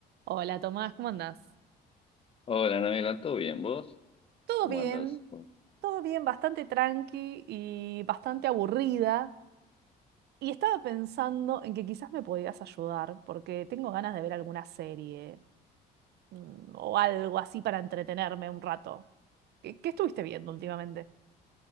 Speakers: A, on the right (about 75°); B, on the left (about 35°).
A: Hola Tomás, ¿cómo andás?
B: Hola, Nabila, ¿todo bien? ¿Vos?
A: Todo
B: ¿Cómo
A: bien,
B: andás? Bueno,
A: todo bien, bastante tranqui y bastante aburrida. Y estaba pensando en que quizás me podías ayudar, porque tengo ganas de ver alguna serie mm, o algo así para entretenerme un rato. ¿Qué, qué estuviste viendo últimamente?